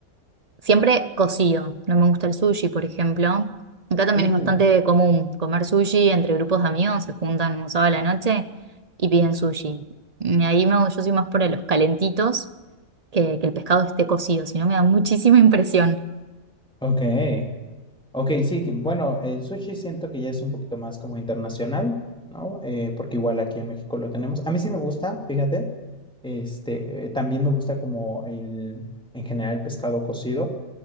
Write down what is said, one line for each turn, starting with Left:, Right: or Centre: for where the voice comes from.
Right: siempre cocido. No me gusta el sushi, por ejemplo. Acá también
Centre: Uh,
Right: es bastante común comer sushi entre grupos de amigos, se juntan un sábado a la noche y piden sushi. Y ahí me, yo soy más por los calentitos que, que el pescado esté cocido, si no me da muchísima <laughs> impresión.
Centre: ok. Ok, sí, que- bueno, el sushi siento que ya es un poquito más como internacional, ¿no? Eh, porque igual aquí en México lo tenemos. A mí sí me gusta, fíjate. Este, eh, también me gusta como el, en general el pescado cocido.